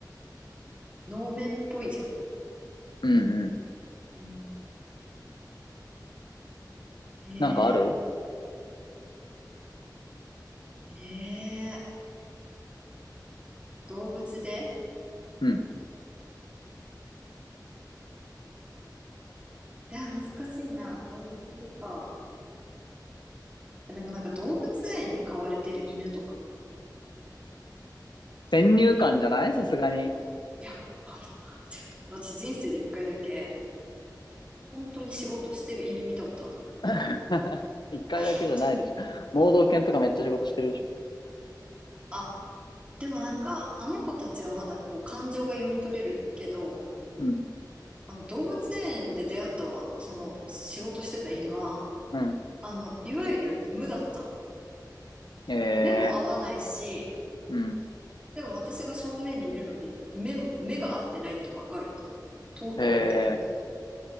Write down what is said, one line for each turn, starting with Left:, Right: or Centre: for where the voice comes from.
Right: 能面っぽいじゃん。
Left: うんうん。
Right: うん。え
Left: なんかある
Right: ー、えー、動物で
Left: うん。
Right: いや、難しいな。動物でか。でもなんか動物園に飼われてる犬とか。
Left: 先入観じゃないさすがに。
Right: いや、あの、違う私人生で一回だけ、本当に仕事してる犬見たことあるの。
Left: <laughs>
Right: <laughs>
Left: 一回だけじゃないでしょ。
Right: 本当に。
Left: 盲導犬とかめっちゃ仕事してるでしょ。
Right: ほん、あ、でもなんか、あの子たちはまだこう感情が読み取れるけど、
Left: うん。
Right: あの動物園で出会ったわその仕事してた犬は、
Left: うん。
Right: あの、いわゆる無だったの。
Left: ええ
Right: 目も合わないし、
Left: うん。
Right: でも私が正面にいるのに目目が合ってないってわかるの遠くを見てるの
Left: ええ